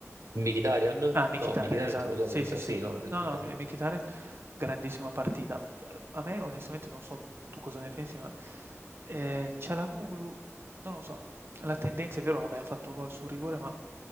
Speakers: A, on the right (about 85°); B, on the right (about 50°).
A: Mkhitaryan?
B: Ah, Mkhitaryan,
A: No, Mkhitaryan
B: esa
A: è entrato dopo,
B: sì,
A: mi
B: sì,
A: sa,
B: sì.
A: sì, no, il
B: No,
A: Mkhitaryan.
B: no, M Mkhitaryan grandissima partita. Ehm, a me onestamente non so tu cosa ne pensi, ma, ehm, Çalhanoğlu, non lo so, la tendenza è vero, vabbè, ha fatto gol sul rigore, ma,